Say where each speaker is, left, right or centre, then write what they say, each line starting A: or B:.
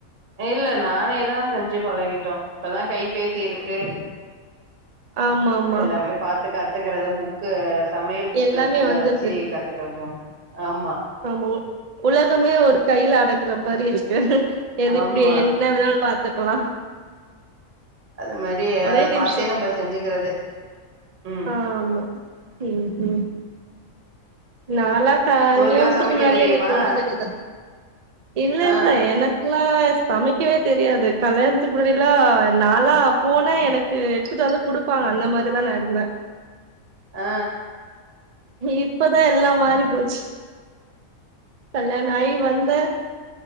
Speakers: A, on the right; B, on the right.
A: இல்ல நானே தா செஞ்சு பழகிட்டோ இப்பதா கை பேசி இருக்கு
B: ஆமா ஆமா
A: எல்லாமே பாத்து கத்துகிறத புக் புக்கு சமையல் புக்
B: எல்லாமே
A: இருக்கு
B: வந்துருது
A: அத வச்சு கத்துக்கோங்க ஆமா
B: ஆமா உ உலகமே ஒரு கைல அடக்குற மாரி இருக்கு எதுக்கு
A: ஆமா
B: இப்டி என்ன வேணாலு பாத்துக்கலா
A: அத மாரி
B: ஒரே
A: அத
B: நிமிஷோ
A: பாத்தே நம்ப செஞ்சுக்கிறது ம்
B: ஆமா ம் ஹும் நாலா கல்யாணத்துக்கு
A: உங்களுக்குல்லா சமைக்க
B: முன்னாடியே
A: தெரியுமா
B: எனக்கு ஒன்ன தெரியாத இல்ல
A: ஆ
B: இல்ல எனக் குலா சமைக்கவே தெரியாது கல்யாணத்துக்கு முன்னாடிலா நாலா போனா எனக்கு எடுத்துட்டு வந்து குடுப்பாங்க அந்த மாரிதா நா இருந்தே
A: ஆ
B: இப்பதா எல்லா மாறி போச்சு கல்யாண ஆயி வந்தே